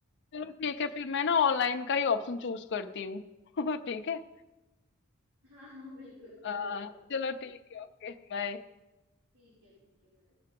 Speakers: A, on the left; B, on the right.
A: चलो ठीक है फिर मैं ना ऑनलाइन का ही ऑप्शन चूज करती हूँ <laughs> ठीक है
B: हाँ हाँ बिल्कुल
A: अ,
B: कर लो आप
A: चलो ठीक है ओके बाय
B: ठीक है ठीक है भाई